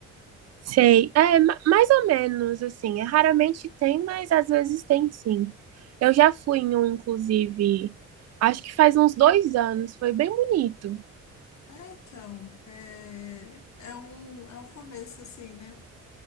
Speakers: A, on the right; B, on the left.
A: Sei. É, ma- mais ou menos, assim. É, raramente tem, mas às vezes tem sim. Eu já fui em um, inclusive, acho que faz uns dois anos. Foi bem bonito.
B: Ah, então, é, é um, é um começo, assim, né?